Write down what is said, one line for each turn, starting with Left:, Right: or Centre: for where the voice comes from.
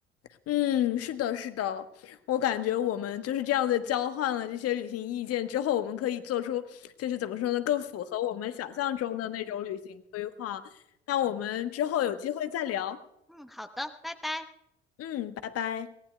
Left: 嗯，是的，是的，我感觉我们就是这样的交换了这些旅行意见之后，我们可以做出就是怎么说呢，更符合我们想象中的那种旅行规划。那我们之后有机会再聊。
Centre: 嗯，好的，拜拜。
Left: 嗯，拜拜。